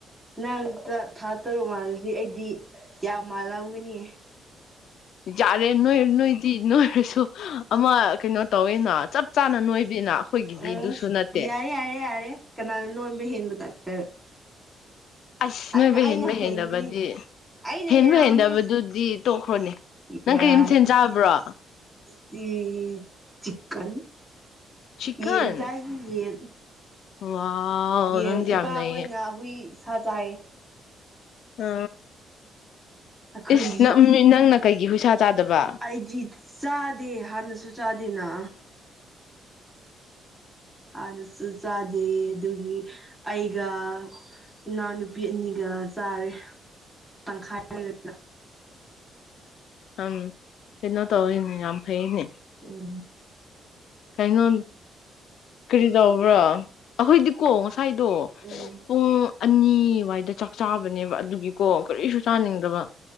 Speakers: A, in the centre; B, on the left (about 75°).
A: ꯅꯪꯛꯇ ꯊꯥ ꯇꯔꯨꯛ ꯃꯥꯜꯂꯗꯤ ꯑꯩꯗꯤ ꯌꯥꯝ ꯃꯥꯜꯂꯝꯒꯅꯤ
B: ꯖꯥꯔꯦ ꯅꯣꯏ ꯅꯣꯏ ꯇꯤ ꯅꯣꯏꯔꯁꯨ ꯑꯃ ꯀꯩꯅꯣ ꯇꯧꯋꯤꯅ ꯆꯞ ꯆꯥꯅ ꯅꯣꯏꯕꯤꯅ ꯑꯩꯈꯣꯏꯒꯤꯗꯤ
A: ꯎꯝ
B: ꯑꯗꯨꯁꯨ ꯅꯠꯇꯦ
A: ꯌꯥꯔꯦ ꯌꯥꯔꯦ ꯌꯥꯔꯦ ꯀꯅꯥꯅ ꯅꯣꯏꯕ ꯍꯦꯟꯕ ꯇꯥꯛꯇ
B: ꯑꯁ
A: ꯑꯩꯅ
B: ꯅꯣꯏꯕ
A: ꯑꯩꯅ
B: ꯍꯦꯟꯕ
A: ꯍꯦꯟꯒꯤꯅꯤ
B: ꯍꯦꯟꯗꯕꯗꯤ
A: ꯑꯩꯅ
B: ꯍꯦꯟꯕ
A: ꯍꯦꯜꯂꯝꯅꯤ
B: ꯍꯦꯟꯗꯕꯗꯨꯗꯤ ꯇꯣꯛꯈ꯭ꯔꯣꯅꯦ
A: ꯇꯤ
B: ꯅꯪ
A: ꯌꯥꯔ
B: ꯀꯔꯤ ꯃꯊꯦꯜ ꯆꯥꯕ꯭ꯔꯣ
A: ꯇꯤ ꯆꯤꯛꯀꯟ
B: ꯆꯤꯛꯀꯟ
A: ꯌꯦꯟ ꯆꯥꯏ ꯌꯦꯟ
B: ꯋꯥꯎ
A: ꯌꯦꯟ
B: ꯅꯪꯗꯤ
A: ꯏꯄꯥꯈꯣꯏꯅ
B: ꯌꯥꯝ ꯅꯩꯌꯦ
A: ꯍꯨꯏ ꯁꯥ ꯆꯥꯏꯌꯦ
B: ꯑ
A: ꯑꯩꯈꯣꯏꯗꯤ
B: ꯏꯁ ꯅ ꯅꯪꯅ ꯀꯩꯒꯤ ꯍꯨꯏꯁꯥ ꯆꯥꯗꯕ
A: ꯑꯩꯗꯤ ꯆꯥꯗꯦ ꯍꯥꯟꯅꯁꯨ ꯆꯥꯗꯦꯅ ꯍꯥꯟꯅꯁꯨ ꯆꯥꯗꯦ ꯑꯗꯨꯒꯤ ꯑꯩꯒ ꯏꯅꯥꯎꯅꯨꯄꯤ ꯑꯅꯤꯒ ꯆꯥꯔꯦ ꯇꯪꯈꯥꯏ ꯂꯩꯔꯒ
B: ꯎꯝ ꯀꯩꯅꯣ ꯇꯧꯑꯦꯅꯤ ꯌꯥꯝ ꯐꯩꯌꯦꯅꯦ
A: ꯎꯝ
B: ꯀꯩꯅꯣ ꯀꯔꯤ ꯇꯧꯕ꯭ꯔꯥ ꯑꯩꯈꯣꯏꯗꯤꯀꯣ ꯉ ꯁꯥꯏꯗꯣ
A: ꯎꯝ
B: ꯄꯨꯡ ꯑꯅꯤꯋꯥꯏꯗ ꯆꯥꯛ ꯆꯥꯕꯅꯦꯕ ꯑꯗꯨꯒꯤꯀꯣ ꯀꯔꯤꯁꯨ ꯆꯥꯅꯤꯡꯗꯕ